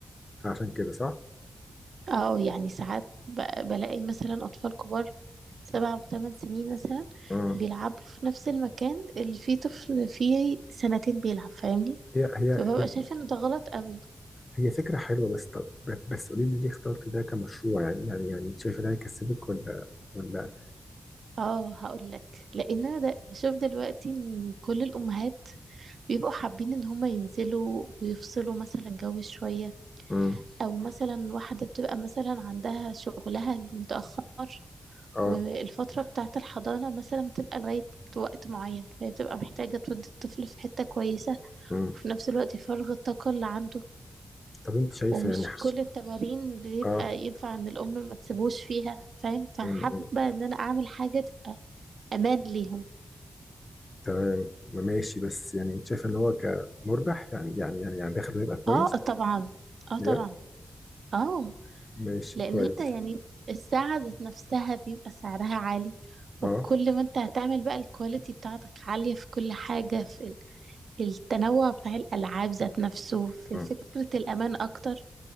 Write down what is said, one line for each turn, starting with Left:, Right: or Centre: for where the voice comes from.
Left: فعشان كده صح؟
Right: اه يعني ساعات ب- بلاقي مثلا أطفال كبار سبع وثمان سنين مثلا
Left: امم
Right: بيلعبوا في نفس المكان اللي فيه طفل فيه سنتين بيلعب فاهمني
Left: هي هي
Right: فببقى
Left: هي
Right: شايفة ان ده غلط قوي
Left: هي فكرة حلوة بس طب بس قولي لي ليه اخترت ده كمشروع يعني يعني يعني انت شايفة ده هيكسبك ولا ولا
Right: اه هقول لك لان انا ده بشوف دلوقتي ان كل الامهات بيبقوا حابين ان هما ينزلوا ويفصلوا مثلا جو شوية
Left: امم
Right: او مثلا واحدة بتبقى مثلا عندها شغلها المتأخر
Left: اه
Right: والفترة بتاعة الحضانة مثلا بتبقى لغاية وقت معين فهي بتبقى محتاجة تودي الطفل في حتة كويسة
Left: امم
Right: وفي نفس الوقت يفرغ الطاقة اللي عنده
Left: طب انت شايفة
Right: ومش
Left: يعني حس...
Right: كل التمارين بيبقى
Left: اه
Right: ينفع ان الأم ما تسيبوش فيها فاهم فحابة
Left: امم أمم.
Right: ان انا اعمل حاجة تبقى امان ليهم
Left: تمام ما ماشي بس يعني انت شايفة ان هو كمربح يعني يعني يعني يعني دخله هيبقى كويس
Right: اه طبعا اه
Left: بجد
Right: طبعا اه
Left: ماشي
Right: لان
Left: كويس
Right: انت يعني الساعة ذات نفسها بيبقى سعرها عالي وكل
Left: اه
Right: ما انت هتعمل بقى الكواليتي بتاعتك عالية في كل حاجة في التنوع بتاع الألعاب ذات نفسه في
Left: أمم.
Right: فكرة الأمان أكتر